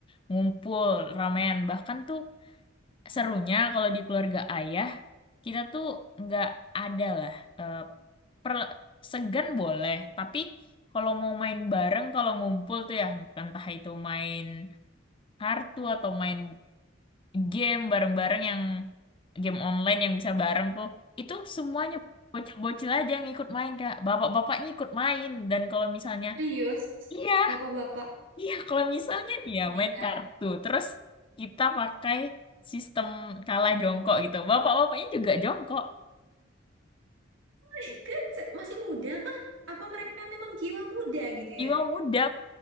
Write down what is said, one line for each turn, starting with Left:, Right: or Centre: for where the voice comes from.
Left: ngumpul ramean bahkan tuh serunya kalau di keluarga ayah kita tuh nggak ada lah eh, per- segan boleh tapi kalau mau main bareng kalau ngumpul tuh ya entah itu main kartu atau main game bareng-bareng yang game online yang bisa bareng tuh itu semuanya bocil-bocil aja yang ikut main kak bapak-bapaknya ikut main dan kalau misalnya
Right: Serius,
Left: iya
Right: bapak-bapak.
Left: iya kalau misalnya dia
Right: Oh my
Left: main
Right: God.
Left: kartu terus kita pakai sistem kalah jongkok gitu bapak-bapaknya juga jongkok
Right: Oh my God, se- masih muda kah? Apa mereka memang jiwa muda gitu
Left: jiwa
Right: ya?
Left: muda